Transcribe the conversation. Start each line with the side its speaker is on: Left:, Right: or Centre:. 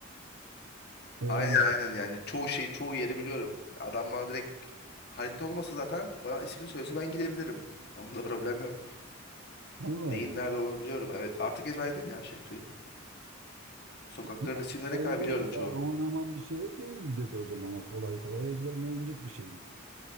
Right: Öğrendim.
Left: Aynen aynen yani çoğu şey çoğu yeri biliyorum. Adam bana direkt harita olmasa zaten bana ismini söylese ben gidebilirim. Onda problem yok.
Right: Allah
Left: Neyin
Right: Allah.
Left: nerede olduğunu biliyorum. Evet artık ezberledim ya şehri. Sokakların
Right: Ama
Left: isimlerine
Right: şeyde
Left: kadar biliyorum çoğunun.
Right: aman aman bir şey değildir de o zaman. O kolay kolay ezberlenecek bir şeydir.